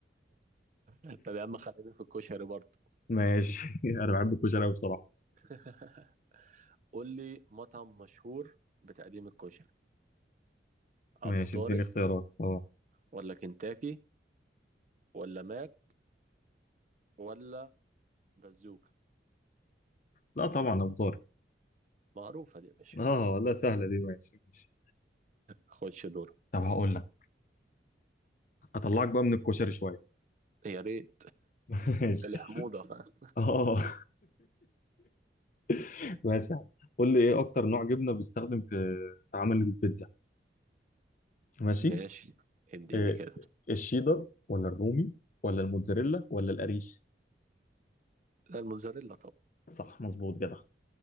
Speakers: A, on the right; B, on the left.
A: <laughs> طب يا عم خلينا في الكشري برضه
B: <laughs> ماشي <laughs> انا بحب الكشري أوي بصراحه
A: <laughs> قول لي مطعم مشهور بتقديم الكشري أبو
B: ماشي
A: طارق
B: اديني اختيارات اه
A: ولا كنتاكي ولا ماك ولا بازوكا
B: لا طبعا ابو طارق
A: معروفة دي يا باشا
B: اه لا سهله دي ماشي ماشي
A: خش دور
B: طب هقول لك اطلعك بقى من الكشري شويه
A: يا ريت
B: <laughs> ماشي
A: الحموضة فاهم
B: اه <laughs> ماشي يا عم قول لي ايه اكتر نوع جبنه بيستخدم في في عمل البيتزا ماشي
A: ماشي اديني
B: إيه
A: كده
B: الشيدر ولا الرومي ولا الموتزاريلا ولا القريش
A: لا الموزاريلا طبعا
B: صح مظبوط كده